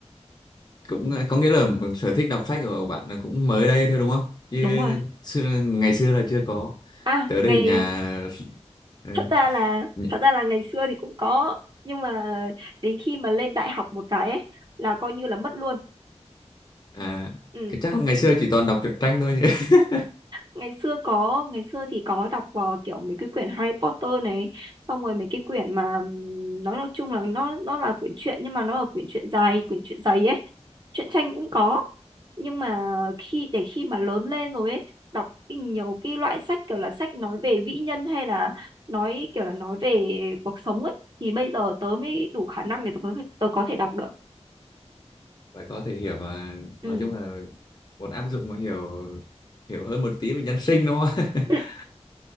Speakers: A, on the left; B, on the right.
A: cũng ờ, có nghĩa là sở thích đọc sách của bạn là cũng mới đây thôi đúng không chứ
B: đúng rồi
A: xưa, ngày xưa là chưa có
B: à
A: tới đây
B: ngày
A: nhà ờ,
B: thật ra là
A: nh-
B: thật ra là ngày xưa thì cũng có nhưng mà đến khi mà lên đại học một cái ấy là coi như là mất luôn
A: à,
B: ừ
A: cái chắc là ngày xưa chỉ toàn đọc truyện tranh thôi nhỉ? <laughs>
B: ngày xưa có ngày xưa thì có đọc ờ, kiểu mấy cái quyển Harry Potter này xong rồi mấy cái quyển mà ừm, nói nói chung là nó nó là quyển truyện nhưng mà nó là quyển truyện dài quyển truyện dày ấy truyện tranh cũng có nhưng mà khi để khi mà lớn lên rồi ấy đọc cái nhiều cái loại sách kiểu là sách nói về vĩ nhân hay là nói kiểu là nói về cuộc sống ấy thì bây giờ tớ mới đủ khả năng để tớ có thể, tớ có thể đọc được
A: phải có thể hiểu mà
B: ừ
A: nói chung là muốn áp dụng mà hiểu hiểu hơn một tí về nhân sinh đúng không
B: <clears throat>
A: <laughs>